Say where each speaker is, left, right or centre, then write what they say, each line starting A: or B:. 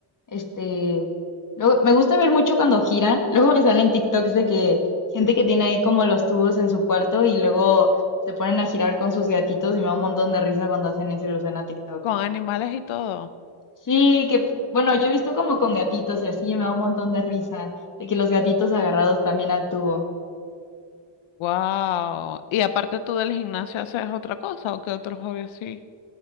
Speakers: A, on the left; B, on the left.
A: este, luego me gusta ver mucho cuando giran. Luego me salen TikToks de que gente que tiene ahí como los tubos en su cuarto y luego se ponen a girar con sus gatitos y me da un montón de risa cuando hacen eso y lo suena a TikTok.
B: con animales y todo.
A: Sí, que bueno, yo he visto como con gatitos y así me da un montón de risa, de que los gatitos agarrados también al tubo.
B: Wow. Y aparte tú del gimnasio haces otra cosa o qué otro hobby así.